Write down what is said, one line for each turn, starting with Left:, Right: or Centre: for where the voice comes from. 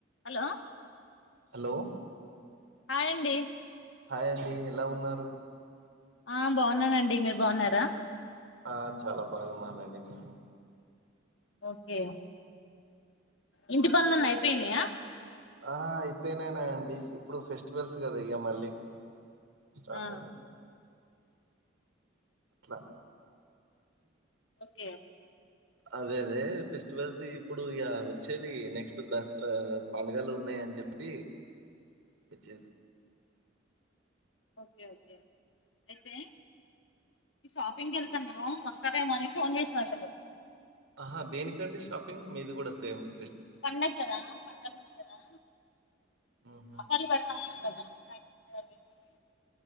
Left: Hello
Right: hello
Left: hi అండి
Right: hi అండి ఎలా ఉన్నారు
Left: ఆ బాగున్నానండి మీరు బాగున్నారా
Right: ఆ చాలా బాగున్నానండి మేము
Left: ఓకే ఇంటి పనులన్నీ అయిపోయినాయా
Right: ఆ అయిపోయినయనండి ఇప్పుడు ఫెస్టివల్స్ కదా ఇగ మళ్ళీ స్టార్ట్
Left: ఆ
Right: అయినాయి అట్లా
Left: ఓకే
Right: అదే అదే ఫెస్టివల్స్ ఇప్పుడు ఇక వచ్చేది నెక్స్ట్ దసరా పండుగలు ఉన్నా అని చెప్పి మచ్
Left: ఓకే ఓకే అయితే షాపింగ్కి వెళ్తుాన్నా వస్తారేమో అని ఫోన్ చేసా అసలు
Right: ఆహా దేనికండి షాపింగ్ మీది కూడా సేమ్స్
Left: పండగ కదా పండగ ఉంది కదా
Right: మ్మ్హ్మ్.
Left: ఆఫర్లు పెడతా కదా సారీస్ అవి ఇవి